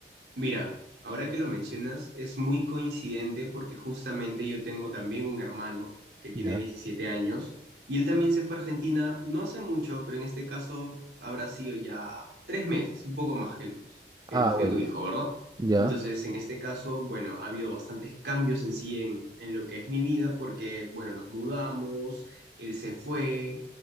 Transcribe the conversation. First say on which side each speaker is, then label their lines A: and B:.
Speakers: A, on the right; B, on the right.
A: Mira, ahora que lo mencionas, es muy coincidente porque justamente yo tengo también un hermano que tiene
B: Ya.
A: 17 años y él también se fue a Argentina no hace mucho, pero en este caso habrá sido ya tres meses, un poco más que, el- que,
B: Ah,
A: el- que
B: bueno.
A: tu hijo, ¿verdad?
B: Ya,
A: Entonces, en este caso, bueno, ha habido bastantes cambios en sí en, en lo que es mi vida porque, bueno, nos mudamos, él se fue,